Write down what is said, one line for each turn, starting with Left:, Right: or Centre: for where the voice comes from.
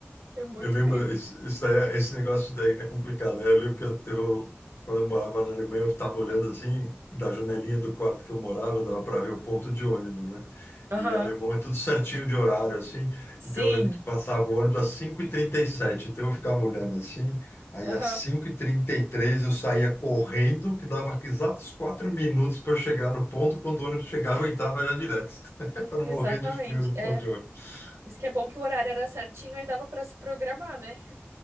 Right: é muito
Left: Eu lembro,
Right: frio.
Left: isso, isso daí, é- esse negócio daí é complicado, né? Eu lembro que eu, eu- quando eu morava na Alemanha, eu estava olhando assim, da janelinha do quarto que eu morava, dava para ver o ponto de ônibus, né?
Right: Aham.
Left: E alemão é tudo certinho de horário, assim.
Right: Sim.
Left: Então eu lembro que passava o ônibus às cinco e trinta e sete então eu ficava olhando assim. Aí
Right: Aham.
Left: às cinco e trinta e três eu saía correndo, que dava exatos quatro minutos para chegar no ponto. Quando o ônibus chegava, eu entrava já direto, <laughs> para não
Right: Exatamente.
Left: morrer de frio no
Right: É,
Left: ponto de ônibus.
Right: isso que é bom que o horário era certinho, aí dava pra se programar, né?